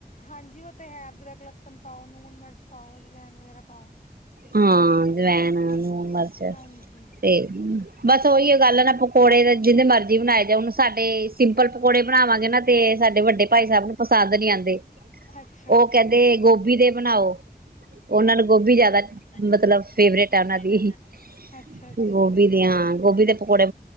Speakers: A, on the left; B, on the right.
A: ਹਾਂਜੀ ਉਹ ਤੇ ਹੈ ਅਦਰਕ ਲਸਣ ਪਾਓ ਲੂਣ ਮਿਰਚ ਪਾਓ ਅਜਵੈਨ ਵਗੈਰਾ ਪਾਓ
B: ਹਾਂਜੀ ਅਜਵਾਣ ਲੂਣ ਮਿਰਚ
A: ਹਾਂਜੀ
B: ਤੇ ਬਸ ਓਹੀ ਗਲ ਨਾ ਪਕੌੜੇ ਜਿਨ੍ਹਾਂ ਮਰਜ਼ੀ ਬਣਾਉਣ ਸਾਡੇ ਸਿੰਪਲ ਪਕੌੜੇ ਬਣਾ ਬਣਾਵਾਂਗੇ ਨਾ ਤੇ ਸਾਡੇ ਵੱਡੇ ਭਾਈ ਸਾਹਿਬ ਨੂੰ ਪਸੰਦ ਨੀ ਆਉਂਦੇ
A: ਅੱਛਾ ਅੱਛਾ
B: ਉਹ ਕਹਿੰਦੇ ਗੋਭੀ ਦੇ ਬਣਾਓ ਉਹਨਾਂ ਨੂੰ ਗੋਭੀ ਜ਼ਿਆਦਾ
A: ਅੱਛਾ
B: ਮਤਲਬ ਫੇਵਰੇਟ ਆ ਉਹਨਾਂ ਦੀ
A: ਅੱਛਾ
B: ਗੋਭੀ ਦੇ ਹਾਂ ਗੋਭੀ ਦੇ ਪਕੌੜੇ